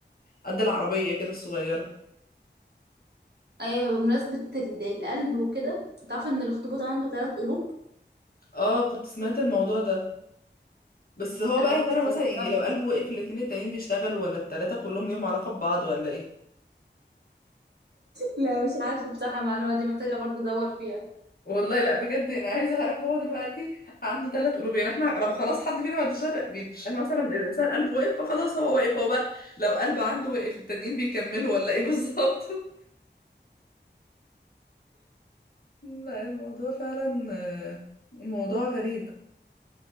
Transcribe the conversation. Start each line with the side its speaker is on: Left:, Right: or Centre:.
Left: قد العربيه كده الصغيره
Right: ايوه بمناسبة ال- القلب وكده تعرف ان الاخطبوط عنده ثلاث قلوب
Left: اه كنت سمعت الموضوع ده بس هو
Right: انا
Left: بقى
Right: اتصدمت
Left: يا ترى مثلا يعني لو قلبه وقف الاتنين التانيين بيشتغلوا ولا التلاته كلهم ليهم علاقه ببعض ولا ايه
Right: لا مش عارفة بصراحة المعلومة دي محتاجة برضه ادور فيها
Left: والله لا بجد انا عايزه اعرف هو دلوقتي عنده ثلاث قلوب يعني احنا لو خلاص حد فينا ما عندوش قلب بيتقال مثلا الانسان قلبه وقف فخلاص هو واقف هو بقى لو قلب عنده وقف التانيين بيكملوا ولا ايه بالظبط <laughs> لا الموضوع فعلا آه، الموضوع غريب